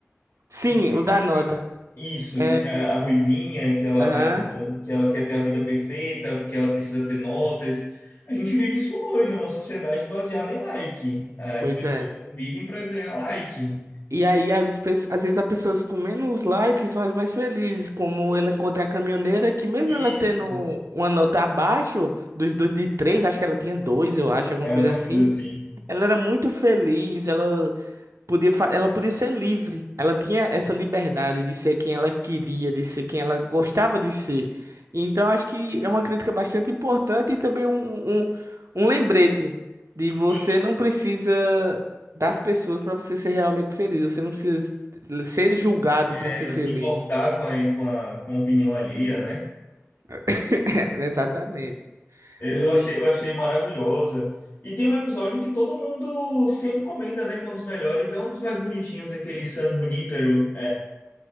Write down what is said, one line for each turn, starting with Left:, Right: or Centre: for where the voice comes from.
Right: Sim,
Left: que,
Right: o da
Left: que
Right: nota.
Left: Isso,
Right: É,
Left: que tem a, a Ruivinha, que ela
Right: aham,
Left: vai, que ela quer ter a vida perfeita, porque ela precisa ter notas. A gente vive isso hoje, é uma sociedade baseada em like. As
Right: pois
Left: pessoas
Right: é.
Left: vivem para ganhar like.
Right: E aí, às, pe- às vezes, as pessoas com menos likes são as mais felizes, como ela encontra a caminhoneira, que mesmo
Left: Isso,
Right: ela tendo uma nota abaixo dos, dos de três, acho que ela tinha dois, eu acho, alguma
Left: é
Right: coisa
Left: alguma
Right: assim,
Left: coisa assim.
Right: ela era muito feliz, ela Podia, fa- ela podia ser livre. Ela tinha essa liberdade de ser quem ela queria, de ser quem ela gostava de ser. Então, acho que é uma crítica bastante importante e também um, um, um um lembrete de você
Left: Sim,
Right: não precisa das pessoas para você ser realmente feliz. Você não precisa ser julgado para
Left: é,
Right: ser feliz.
Left: se importar com a, com a, com a opinião alheia, né?
Right: <laughs> Exatamente.
Left: É,
Right: Hum,
Left: Eu achei, eu achei maravilhosa. E tem um episódio que todo mundo sempre comenta, né? Que é um dos melhores, é um dos mais bonitinhos, aquele San Junípero.